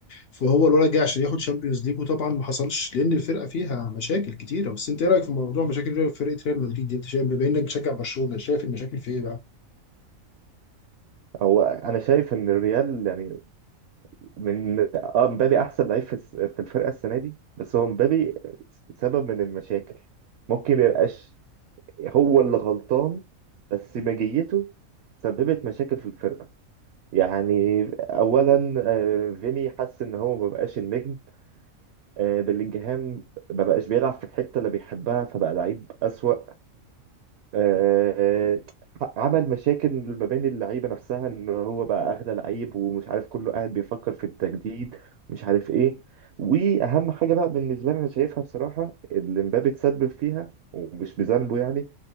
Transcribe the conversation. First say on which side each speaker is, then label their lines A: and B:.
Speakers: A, on the left (about 65°); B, on the right (about 65°).
A: فهو الولد جاي عشان ياخد تشامبيونز ليج وطبعا ما حصلش لان الفرقه فيها مشاكل كتيره بس انت ايه رايك في موضوع مشاكل فرقه ريال مدريد دي انت شايف بما انك بتشجع برشلونه شايف المشاكل في ايه بقى؟
B: هو انا شايف ان الريال يعني من اه مبابي احسن لعيب في الس- في الفرقه السنه دي بس هو مبابي سبب من المشاكل ممكن ما يبقاش هو اللي غلطان بس مجيته سببت مشاكل في الفرقه يعني اولا آه، فيني حس ان هو ما بقاش النجم آه، بلينجهام ما بقاش بيلعب في الحته اللي بيحبها فبقى لعيب اسوأ آه، آه، عمل مشاكل ما بين اللعيبه نفسها ان هو بقى اغلى لعيب ومش عارف كله قاعد بيفكر في التجديد مش عارف ايه واهم حاجه بقى بالنسبه لي انا شايفها بصراحه اللي مبابي اتسبب فيها ومش بذنبه يعني